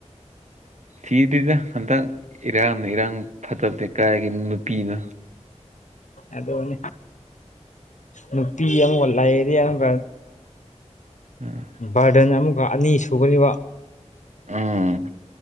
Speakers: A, on the right; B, on the left.
A: ꯊꯤꯗ‌ꯦꯗ ꯍꯟꯗꯛ ꯏꯔꯥꯡꯅ ꯏꯔꯥꯡ ꯐꯠꯇꯕꯅꯦ ꯀꯥꯏꯗꯒꯤ ꯅꯨꯄꯤꯅꯣ
B: ꯑꯗꯨꯅꯤ ꯅꯨꯄꯤ ꯑꯃꯕꯨ ꯂꯩꯔꯗꯤ ꯑꯗꯨꯒ
A: ꯎꯝ
B: ꯕꯥꯔꯗꯟ ꯑꯃꯒ ꯑꯅꯤ ꯁꯨꯕꯒꯤ‌ ꯋꯥ
A: ꯎꯝ